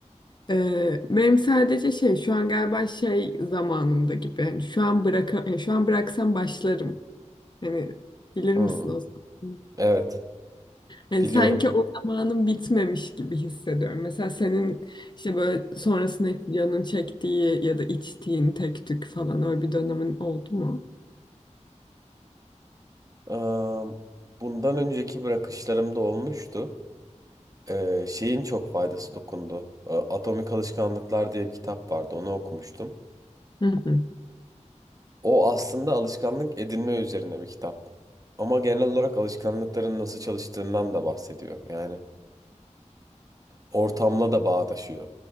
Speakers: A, on the left; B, on the right.
A: E, Benim sadece şey şu an galiba şey zamanımda gibi. Yani şu an bıraka, yani şu an bıraksam başlarım. Hani bilir
B: Hı,
A: misin o zaman?
B: evet
A: Yani
B: biliyorum.
A: sanki o zamanın bitmemiş gibi hissediyorum. Mesela senin işte böyle sonrasında canın çektiği ya da içtiğin tek tük falan öyle bir dönemin oldu mu?
B: Eee, bundan önceki bırakışlarımda olmuştu. Ee, şeyin çok faydası dokundu. Ee, Atomik Alışkanlıklar diye bir kitap vardı. Onu okumuştum.
A: Hı hı.
B: O aslında alışkanlık edinme üzerine bir kitap. Ama genel olarak alışkanlıkların nasıl çalıştığından da bahsediyor. Yani ortamla da bağdaşıyor.